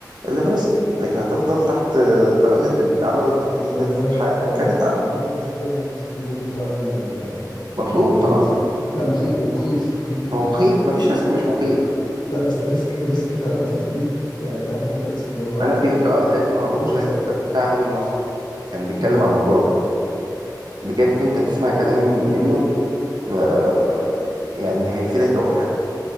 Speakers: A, on the right; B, on the left.
A: الا بريسك لكن هتفضل تحت طاولة العمل التقليدي
B: والله
A: طول حياتك
B: والله
A: هتتعب
B: والله المشكلة إن الريسك اليومين دول فعلا آه، يعني
A: مطلوب
B: مخيف
A: طبعا
B: لا مخيف ومخيف مخيف جدا
A: هو مخيف مفيش ريسك مش مخيف
B: لا بس الريسك الريسك فعلا الفترة دي يعني عارف أنت الريسك اللي هو
A: انا
B: اللي
A: في لقاء
B: ما
A: لازم اوريهولك
B: ما فيهوش هزار
A: بتاع ايلون ماسك كان بيتكلم
B: امم
A: عن الموضوع ده بجد انت تسمع كلام منه آه، يعني
B: خلاص
A: هيفيدك
B: يا ريت
A: قوي في حياتك